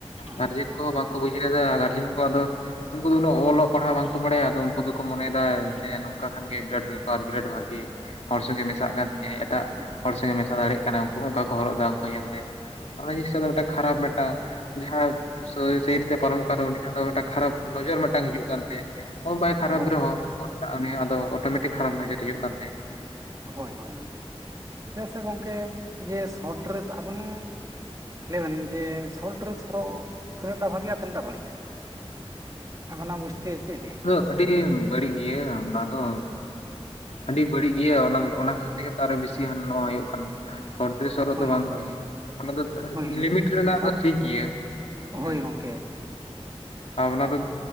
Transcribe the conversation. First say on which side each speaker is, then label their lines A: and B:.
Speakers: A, on the right; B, on the left.
A: ᱦᱮᱸ
B: ᱜᱟᱨᱡᱮᱱ ᱠᱚᱦᱚᱸ ᱵᱟᱝᱠᱚ ᱵᱩᱡᱷᱟᱹᱣ ᱞᱮᱫᱟ ᱜᱟᱨᱡᱮᱱ ᱠᱚ ᱟᱫᱚ ᱩᱱᱠᱩ ᱫᱚ ᱩᱱᱟᱹᱜ ᱚᱞᱚᱜ ᱯᱟᱲᱦᱟᱜ ᱵᱟᱝᱠᱚ ᱵᱟᱲᱟᱭᱟ ᱟᱫᱚ ᱩᱱᱠᱩ ᱫᱚᱠᱚ ᱢᱚᱱᱮᱭᱮᱫᱟ ᱦᱮᱸ ᱱᱚᱝᱠᱟ ᱠᱷᱟᱱ ᱜᱮ ᱵᱤᱨᱟᱴ ᱵᱮᱯᱟᱨ ᱵᱤᱨᱟᱴ ᱵᱷᱟᱜᱤ ᱦᱚᱲ ᱥᱚᱸᱜᱮ ᱢᱮᱥᱟᱜ ᱠᱟᱱ ᱛᱤᱧᱟᱹ ᱮᱴᱟᱜ
A: <inaudible>
B: ᱥᱮ ᱢᱮᱥᱟ ᱫᱟᱲᱮᱭᱟᱜ ᱠᱟᱱᱟ ᱩᱱᱠᱩ ᱦᱚᱸ ᱚᱱᱠᱟ ᱠᱚ ᱦᱚᱨᱚᱜ ᱮ ᱩᱱᱠᱩ ᱧᱮᱞᱛᱮ ᱚᱱᱟ ᱡᱤᱱᱤᱥ ᱫᱚ ᱠᱷᱟᱨᱟᱯ ᱢᱤᱫᱴᱟᱝ ᱡᱟᱦᱟᱸ ᱥᱟᱭᱤᱰ
A: ᱦᱳᱭ
B: ᱛᱮ ᱯᱟᱨᱚᱢᱚᱜ ᱠᱟᱱ ᱨᱮᱦᱚᱸ ᱩᱱᱤ ᱫᱚ ᱢᱤᱫᱴᱟᱝ ᱠᱷᱟᱨᱟᱯ ᱱᱚᱡᱚᱨ ᱢᱤᱫᱴᱟᱝ ᱦᱤᱡᱩᱜ ᱠᱟᱱ ᱛᱟᱭᱟ᱾ ᱚ ᱵᱟᱭ ᱠᱷᱟᱨᱟᱯ
A: ᱦᱳᱭ ᱦᱳᱭ
B: ᱨᱮᱦᱚᱸ ᱟᱫᱚ ᱚᱴᱳᱢᱮᱴᱤᱠ ᱠᱷᱟᱨᱟᱯ ᱱᱚᱡᱚᱨ ᱦᱩᱭᱩᱜ ᱠᱟᱱ ᱛᱟᱭᱟ᱾
A: ᱦᱳᱭ ᱦᱳᱭ ᱪᱮᱫᱟᱜ ᱥᱮ ᱜᱚᱝᱠᱮ ᱡᱮ ᱥᱚᱴ ᱰᱨᱮᱥ ᱟᱵᱮᱱ ᱞᱟᱹᱭ ᱵᱤᱱ ᱡᱮ ᱥᱚᱴ ᱰᱮᱨᱮᱥ ᱦᱚᱨᱚᱜ ᱛᱤᱱᱟᱜᱴᱟᱜ ᱵᱷᱟᱜᱮᱼᱟ ᱛᱤᱱᱟᱹᱜᱴᱟᱜ ᱵᱟᱹᱲᱤᱡᱼᱟ᱾ ᱟᱵᱤᱱ ᱟᱜ ᱵᱩᱡ ᱪᱷ ᱪᱮᱫ ᱞᱭᱟ <unintelligible>
B: ᱟᱫᱚ ᱟᱹᱰᱤ ᱟᱹᱰᱤ ᱜᱮ ᱫᱚ᱾ ᱟᱰᱤ ᱵᱟᱹᱲᱤᱡ ᱜᱮᱭᱟ ᱚᱱᱟ ᱚᱱᱟ ᱠᱷᱟᱹᱤᱨᱜᱮ ᱛᱚ ᱵᱤᱥᱤ ᱦᱟᱱ ᱱᱚᱣᱟ ᱦᱩᱭᱩᱜ ᱠᱟᱱᱟ ᱰᱮᱥᱚᱨᱚᱜ
A: ᱦᱳᱭ
B: ᱫᱚ ᱵᱟᱝ ᱵᱷᱟᱜᱮᱭᱟ ᱚᱱᱟ ᱫᱚ
A: ᱦᱳᱭ
B: ᱞᱤᱢᱤᱴ ᱨᱮᱱᱟᱜ
A: ᱵᱷᱟᱜ
B: ᱫᱚ ᱴᱷᱤᱠ ᱜᱮᱭᱟ᱾
A: ᱦᱳᱭ
B: ᱦᱩᱸ
A: ᱜᱚᱝᱠᱮ
B: ᱟᱨ ᱚᱱᱟ ᱫᱚ